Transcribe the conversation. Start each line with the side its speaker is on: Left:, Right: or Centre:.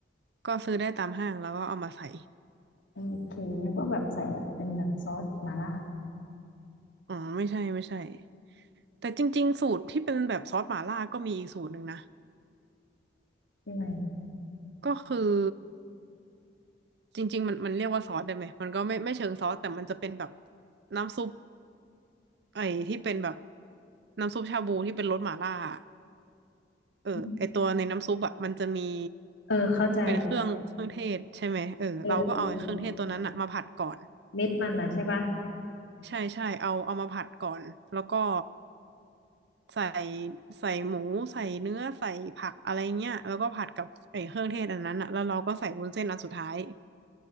Right: ก็ซื้อได้ตามห้างแล้วก็เอามาใส่
Left: โอเคนึกว่าแบบใส่แบบเป็นแบบซอสหมาล่า
Right: อ๋อไม่ใช่ไม่ใช่แต่จริงๆสูตรที่เป็นแบบซอสหม่าล่าก็มีอีกสูตรหนึ่งนะ
Left: ใช่ไหม
Right: ก็คือ จริงๆมันมันเรียกว่าซอสได้ไหมมันก็ไม่ไม่เชิงซอสแต่มันจะเป็นแบบน้ำซุปไอ้ที่เป็นแบบน้ำซุปชาบูที่เป็นรสหม่าล่าอะเออไอตัวในน้ำซุปอ่ะมันจะมี
Left: อืมเออเข้าใจ
Right: เป็นเครื่องเครื่องเทศใช่ไหมเออเราก็เอาไอ้เครื่องเทศตัวนั้นอ่ะมาผัดก่อน
Left: เออเม็ดมันนะใช่ป่ะ
Right: ใช่ใช่เอาเอามาผัดก่อนแล้วก็ใส่ใส่หมูใส่เนื้อใส่ผักอะไรเงี้ยแล้วก็ผัดกับไอ้เครื่องเทศอันนั้นอ่ะแล้วเราก็ใส่วุ้นเส้นอันสุดท้าย